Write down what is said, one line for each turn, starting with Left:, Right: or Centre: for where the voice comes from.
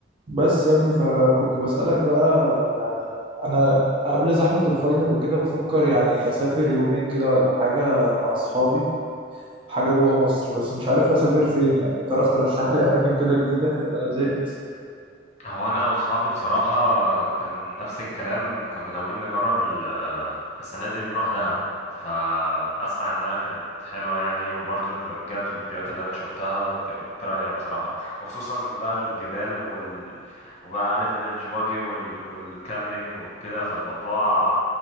Right: بس يا ابني فكنت بسألك بقى انا قبل زحمة الفاينل وكده بفكر يعني اسافر يومين كده ولا حاجة مع اصحابي حاجة جوه مصر بس مش عارف اسافر فين يعني تعرف ترشح لي اماكن كده جديدة لان انا زهقت
Left: هو انا واصحابي بصراحه كان نفس الكلام كنا ناويين نجرب ال- آه، السنه دي نروح دهب فاسمع انها كانت حلوه يعني وبرضو الفلوجات والفيديوهات اللي انا شفتها كانت رايقه بصراحه وخصوصا بقى الجبال وال وبقى عارف البيتش باجي وال... والكامبينج وكده فالموضوع